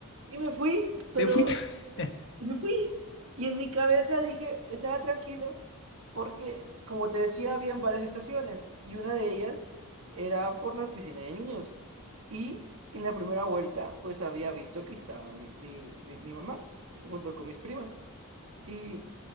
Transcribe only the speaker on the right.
y me fui, pero
y me fui. Y en mi cabeza dije, estaba tranquilo, Porque, como te decía, habían varias estaciones y una de ellas era por la piscina de niños. Y en la primera vuelta, pues había visto que estaba mi, mi, mi, mi mamá junto con mis primas. Y